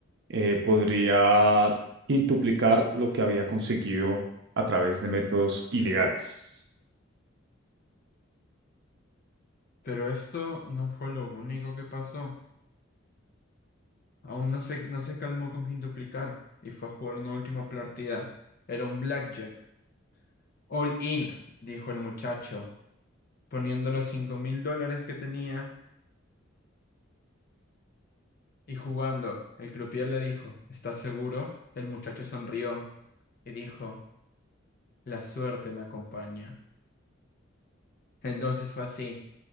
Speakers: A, on the right; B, on the left.
A: eh, podría quintuplicar lo que había conseguido a través de métodos ilegales.
B: Pero esto no fue lo único que pasó. Aún no se, no se calmó con fin duplicar y fue a jugar una última partida. Era un blackjack. All in, dijo el muchacho, poniendo los cinco mil dólares que tenía y jugando. El croupier le dijo, ¿Estás seguro? El muchacho sonrió y dijo, La suerte me acompaña. Entonces fue así.